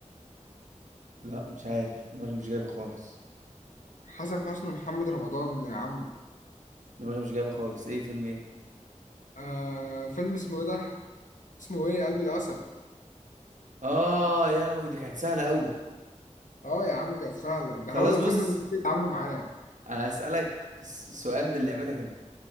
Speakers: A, on the right (about 75°); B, on the left (about 85°).
A: لا مش عارف دماغي مش جايبة خالص
B: حسن حسني ومحمد رمضان يا عم
A: دماغي مش جايبة خالص ايه فيلم ايه
B: آه فيلم اسمه ايه ده اسمه ايه قلب الاسد
A: اه يا لهوي دي كانت سهلة قوي
B: اه يا عم كانت سهله ده
A: خلاص
B: هو الفيلم
A: بص
B: اللي كنت اتعاملوا معاه
A: هسألك س- سؤال من لعبتك انت